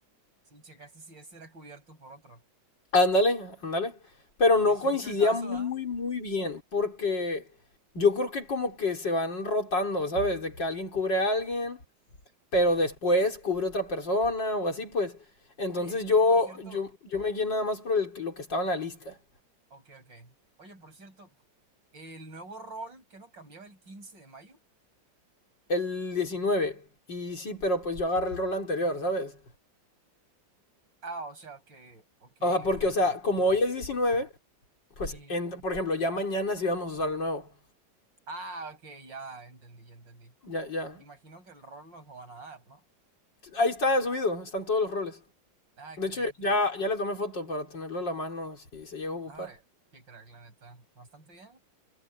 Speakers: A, on the right; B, on the left.
A: Sí, checaste si ese era cubierto por otro.
B: Ándale, ándale. Pero no
A: Es
B: coincidía
A: un choizazo,
B: muy,
A: ¿ah?
B: muy bien, porque yo creo que como que se van rotando, ¿sabes? De que alguien cubre a alguien, pero después cubre otra persona o así, pues. Entonces
A: Oye,
B: yo,
A: eh, por cierto.
B: yo, yo me guié nada más por el- que- lo que estaba en la lista,
A: Ok, ok. Oye, por cierto, el nuevo rol que no cambiaba el 15 de mayo.
B: el diecinueve. Y sí, pero pues yo agarré el rol anterior, ¿sabes?
A: Ah, o sea que. Ok,
B: O sea, porque,
A: ok,
B: o sea,
A: ok,
B: como
A: ok.
B: hoy es 19, pues,
A: Sí.
B: en- por ejemplo, ya mañana sí vamos a usar el nuevo.
A: Ah, ok, ya entendí, ya entendí.
B: Ya, ya.
A: Imagino que el rol nos lo van a dar, ¿no?
B: Ahí está subido, están todos los roles.
A: Ah, excelente.
B: De hecho, ya, ya le tomé foto para tenerlo a la mano si se llega a ocupar.
A: Nada, de- qué crack, la neta. Bastante bien.